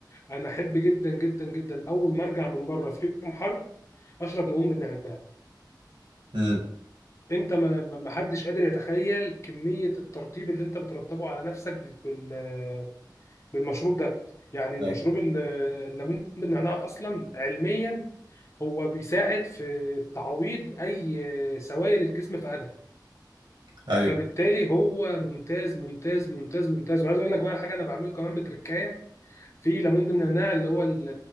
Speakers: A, on the left; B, on the right.
A: انا احب جدا جدا جدا اول ما ارجع من بره في يوم حر اشرب ليمون بالنعناع
B: امم
A: انت ما ما- ما حدش قادر يتخيل كميه الترطيب اللي انت بترطبه على نفسك بال- بال- بالمشروب ده يعني المشروب
B: ايوه
A: ال- الليمون بالنعناع اصلا علميا هو بيساعد في تعويض اي سوائل الجسم فقدها
B: ايوه
A: فبالتالي هو ممتاز ممتاز ممتاز ممتاز وعايز اقول لك بقى على حاجه انا بعمله كمان بتركايه في ليمون بالنعناع اللي هو ال-